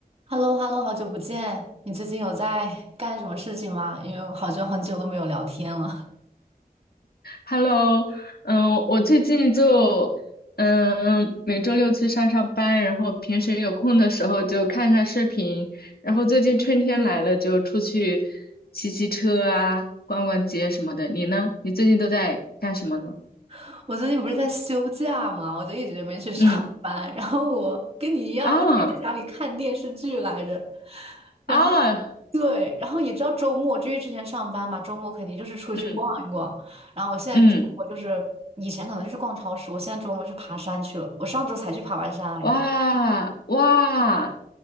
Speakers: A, on the right; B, on the left.
A: h e l l o h e l l o 好久不见！你最近有在干什么事情吗？因为好久很久都没有聊天了。
B: Hello，嗯，我最近就嗯每周六去上上班，然后平时有空的时候就看看视频，然后最近春天来了就出去骑骑车啊，逛逛街什么的。你呢？你最近都在干什么呢？
A: <laughs> 我最近不是在休假嘛，我就一直没去上班。
B: 嗯
A: 然后我跟你一样，
B: 啊
A: 我就天在家里看电视剧来着。然后
B: 啊
A: 对，然后你知道周末，就因为之前上班嘛，周末肯定就是出去逛一逛。
B: 嗯
A: 然后我现在周末就是以前可能就是逛超市，
B: 嗯
A: 我现在周末去爬山去了。我上周才去爬完山来着。
B: 哇哇